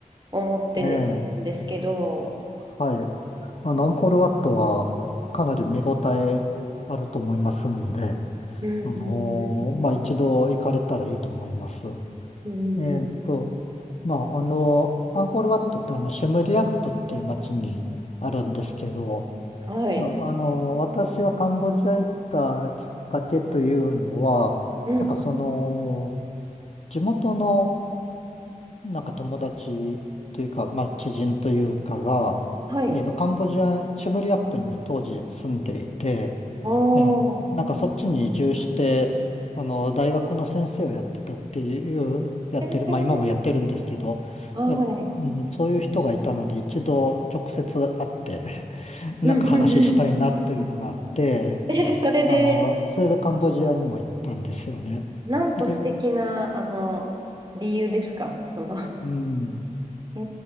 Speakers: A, on the right; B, on the left.
A: 思ってるんですけど、
B: ええ。はい。あの、アンコールワットはかなり見応えあると思いますんで、
A: うんうん
B: あの、まあ、一度行かれたらいいと思います。
A: うん。
B: えーっと、
A: う
B: まあ、あの、アンコールワットってあの、シェムリアップっていう街にあるんですけど、
A: ん。はい。
B: ああの、私がカンボジア行ったきっかけというのは、
A: うん。
B: なんかその、地元のなんか友達というか、まあ、知人というかが、
A: はい。
B: えーっと、カンボジア、シェムリアップに当時住んでいて、
A: おー。
B: ええ、なんかそっちに移住して、あの、大学の先生をやってたっていう、やってる、
A: えー
B: まあ今もやってるんですけど、
A: はい。
B: や、うん、そういう人がいたので一度直接会って、<laughs> なんか話したいなというのがあって、
A: うんうんうん。え、それで、
B: あの、それでカンボジアにも行ったんですよね。
A: なんと素敵な、
B: で、
A: あの、理由ですかその、
B: うん、
A: え